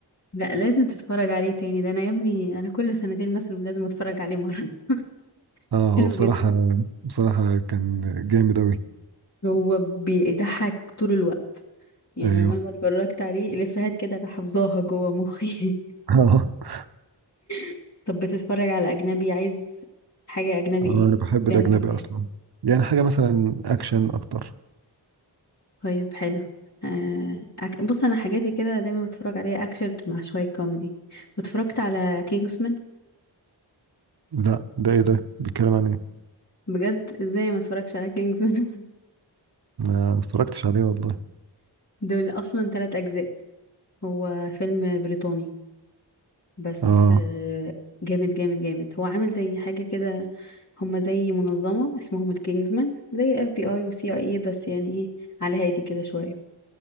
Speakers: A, on the left; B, on the right.
A: لا لازم تتفرج عليه تاني ده انا يا ابني انا كل سنتين مثلا لازم اتفرج عليه مره <laughs>
B: اه هو
A: حلو
B: بصراحة
A: جدا
B: بصراحة كان جامد قوي
A: هو بيضحك طول الوقت يعني
B: ايوه
A: أنا مهما اتفرجت عليه الافيهات كده انا حافظاها جوه مخي
B: <laughs> اه
A: <laughs> طب بتتفرج على اجنبي عايز حاجه اجنبي
B: انا
A: ايه
B: بحب الاجنبي
A: الجنرا بتاعتها
B: اصلا يعني حاجة مثلا اكشن اكتر
A: طيب حلو آه أك... بص انا حاجاتي كده دايما بتفرج عليها اكشن مع شويه كوميدي اتفرجت على كينجزمان
B: لا ده ايه ده بيتكلم عن ايه
A: بجد ازاي ما اتفرجش على كينجزمان
B: ما اتفرجتش عليه والله
A: <laughs> دول اصلا ثلاث اجزاء هو فيلم بريطاني بس
B: اه
A: آه، جامد جامد جامد هو عامل زي حاجة كده هما زي منظمة اسمهم الكينجزمان زي الاف بي اي وسي اي اي بس يعني ايه على هادي كده شوية